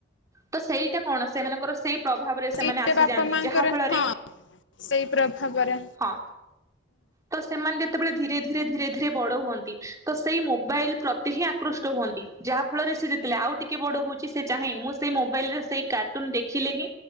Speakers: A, on the right; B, on the left.
A: ତ ସେଇଟା କଣ ସେମାନଙ୍କର ସେଇ ପ୍ରଭାବରେ ସେମାନେ
B: ସେ
A: ଆସିଯାଆନ୍ତି
B: ବାପା ମାଙ୍କର
A: ଯାହା ଫଳରେ,
B: ହଁ ସେଇ ପ୍ରଭାବରେ
A: ହଁ, ତ ସେମାନେ ଯେତେବେଳେ ଧୀରେ ଧୀରେ ଧୀରେ ଧୀରେ ବଡ ହୁଅନ୍ତି ତ ସେଇ ମୋବାଇଲ ପ୍ର ହିଁ ଆକୃଷ୍ଟ ହୁଅନ୍ତି ଯାହା ଫଳରେ ସେ ଯେତେଳେ ଆଉ ଟିକେ ବଡ ହଉଛି ସେ ଚାହେଁ ମୁଁ ସେଇ ମୋବାଇଲରେ ସେଇ କାର୍ଟୁନ ଦେଖିଲେ ହିଁ